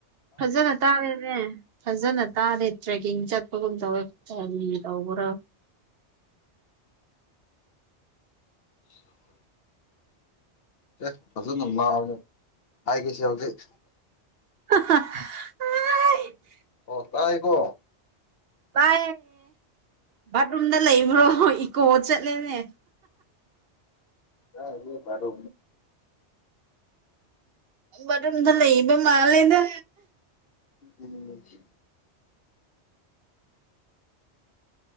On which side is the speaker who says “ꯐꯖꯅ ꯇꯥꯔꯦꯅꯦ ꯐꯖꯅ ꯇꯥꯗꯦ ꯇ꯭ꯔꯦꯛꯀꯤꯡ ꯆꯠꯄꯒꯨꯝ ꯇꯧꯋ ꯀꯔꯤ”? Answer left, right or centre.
Right